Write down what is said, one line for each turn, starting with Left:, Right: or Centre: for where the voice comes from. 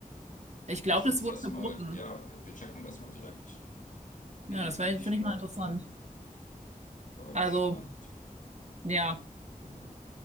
Right: Ich glaube,
Left: Lass uns
Right: das wurde
Left: das
Right: verboten.
Left: mal, ja, wir, wir checken das mal direkt.
Right: Ja,
Left: Käfighaltung.
Right: das wäre, finde ich mal interessant.
Left: Deutschland.
Right: Also, ja.
Left: Mhm.